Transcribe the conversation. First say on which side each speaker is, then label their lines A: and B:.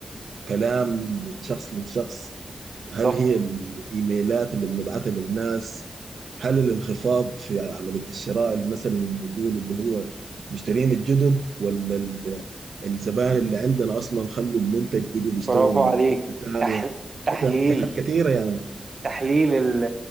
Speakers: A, on the right; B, on the right.
A: كلام من شخص لشخص
B: بالظبط
A: هل هي الايميلات اللي بنبعتها للناس هل الانخفاض في عمليه الشراء اللي مثلا نقول اللي هو المشترين الجدد ولا ال- الزبائن اللي عندنا اصلا خلوا المنتج بيجوا بيشتروا
B: برافو عليك
A: من حته تانيه
B: تح... تحليل
A: كده في حاجات كثيره يا مان
B: تحليل ال-